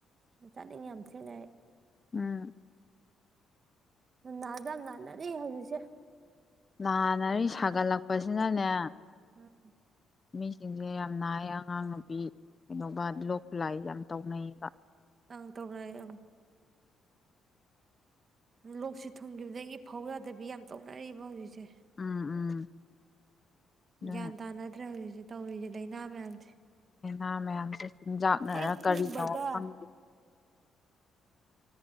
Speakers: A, on the right; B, on the left.
A: ꯆꯥꯅꯤꯡ ꯌꯥꯝ ꯊꯤꯅ ꯑꯩ
B: ꯎꯝ
A: ꯅꯥꯗꯥ ꯅꯅꯤ ꯍꯥꯖꯤꯁꯦ
B: ꯂꯥꯟꯅꯔꯤ ꯁꯥꯒꯠꯂꯛꯄꯁꯤꯅꯅꯦ
A: ꯎꯝ ꯎꯝ
B: ꯃꯤꯁꯤꯡꯁꯦ ꯌꯥꯝ ꯅꯥꯏꯌꯦ ꯑꯉꯥꯡ ꯅꯨꯄꯤ ꯀꯩꯗꯧꯕ ꯂꯣꯛ ꯈꯨꯠꯂꯥꯏ ꯌꯥꯝ ꯇꯧꯅꯩꯌꯦꯕ
A: ꯑꯪ ꯇꯧꯅꯑꯦ ꯑꯪ ꯂꯣꯛꯁꯦ ꯊꯨꯡꯈꯤꯕꯗꯒꯤ ꯐꯧ ꯌꯥꯗꯕꯤ ꯌꯥꯝ ꯇꯧꯅꯔꯤꯕ ꯍꯧꯖꯤꯛꯁꯦ
B: ꯎꯝ ꯎꯝ ꯑꯗꯨꯅ
A: ꯌꯥꯟ ꯇꯥꯅꯗ꯭ꯔ ꯍꯧ ꯁꯤ ꯇꯧꯔꯤꯁꯦ ꯂꯥꯏꯅꯥ ꯃꯌꯥꯝ
B: ꯑ ꯑꯃꯦ ꯆꯤꯟꯖꯥꯛꯅꯔ
A: ꯍꯦꯛ
B: ꯀꯔꯤꯅꯣ
A: ꯊꯨꯡꯕꯒ
B: ꯈꯪꯒꯦ